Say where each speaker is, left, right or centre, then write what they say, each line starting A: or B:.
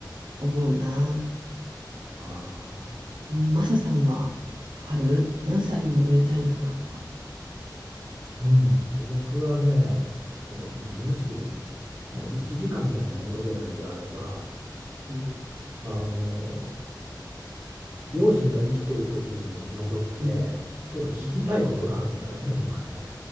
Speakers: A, on the right; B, on the right.
A: 思うな。
B: ああ。
A: うんマサさんはある何歳に戻りたいなとか。
B: うん。僕はね、そうね、もし、もう1時間でも戻れるんであれば、
A: うん、
B: あの、両親が生きている時に戻って、
A: うん、
B: ちょっと聞きたいことがあるんだよね、
A: うん。
B: 今ね。